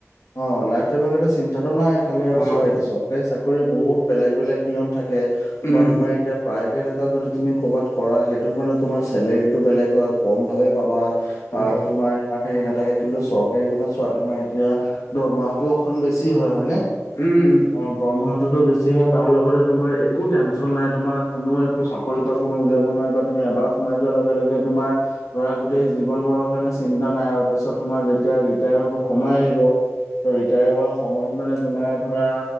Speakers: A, on the left; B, on the left.
A: অ লাইফ টাইমৰ কাৰণে চিন্তাটো নাই। খালি আৰু
B: অঁ
A: চোৱা চৰকাৰী চাকৰি বহুত বেলেগ-বেলেগ নিয়ম। থাকে
B: উম
A: বা তোমাৰ এতিয়া প্ৰাইভেট এটাটো <unintelligible> তুমি কবাত কৰা সেইটোত মানে তোমাৰ চেলেৰিটো বেলেগ হয়। কম ভাৱে পাবা,
B: অ',
A: বাৰু
B: উম,
A: তোমাৰ ইমান হেৰি নাথাকে। কিন্তু চৰকাৰীখনত চোৱা, তোমাৰ এতিয়া দৰমহাটো অকন বেছি হয়, হয়নে?
B: উম,
A: অ দৰমহা তোটো বেছি হয়। তাৰ লগতে তোমাৰ একো টেনচন নাই। তোমাৰ কোনো একো চাকৰিৰ পৰা কোনো উলিয়াব নোৱাৰে বা তুমি এবাৰ সোমাই যোৱাৰ লগে লগে তোমাৰ ধৰা গোটেই জীৱন ভৰৰ কাৰণে চিন্তা নাই আৰু তাৰপিছত তোমাৰ যেতিয়া ৰিটায়াৰ হ'ব সময় আহিব। ত ৰিটায়াৰ হোৱা সময়ত মানে তোমাৰ ধৰা